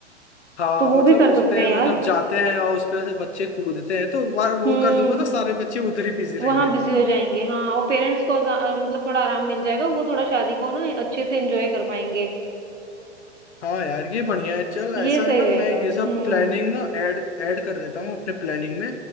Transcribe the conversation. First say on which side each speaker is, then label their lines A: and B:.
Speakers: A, on the left (about 70°); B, on the right (about 85°).
A: हाँ
B: तो वो
A: मतलब
B: भी कर
A: उस
B: सकते
A: पे
B: हैं यार
A: मतलब जाते हैं और उस पे से बच्चे कूदते हैं तो वो वो
B: हम्म
A: कर दूंगा तो सारे बच्चे उधर ही बिजी रहेंगे
B: वहाँ बिजी हो जाएंगे हाँ और पेरेंट्स को आजा- अ, मतलब थोड़ा आराम मिल जाएगा वो थोड़ा शादी को ना अच्छे से एंजॉय कर पाएंगे
A: हाँ यार ये बढ़िया है चल
B: ये
A: ऐसा
B: सही
A: है ना
B: रहेगा
A: मैं ये सब
B: हम्म
A: प्लानिंग ना ऐड ऐड कर देता हूँ अपने प्लानिंग में